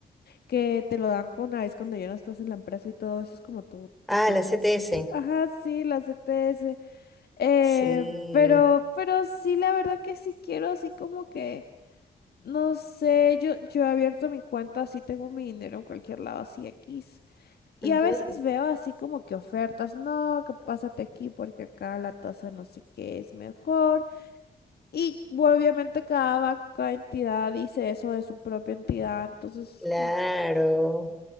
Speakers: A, on the left (about 65°); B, in the centre.
A: que te lo dan con una vez cuando ya no estás en la empresa y todo eso es como tu,
B: Ah,
A: tu colchoncito.
B: la CTS.
A: Ajá, sí, las ETS. Eh,
B: Sí.
A: pero, pero sí, la verdad que sí quiero así como que, no sé, yo, yo he abierto mi cuenta, así tengo mi dinero en cualquier lado, así X. Y
B: Ujú.
A: a veces veo así como que ofertas, no, que pásate aquí porque acá la tasa no sé qué es mejor. Y bueno, obviamente cada banco, cada entidad dice eso de su propia entidad, entonces
B: Claro.
A: es como...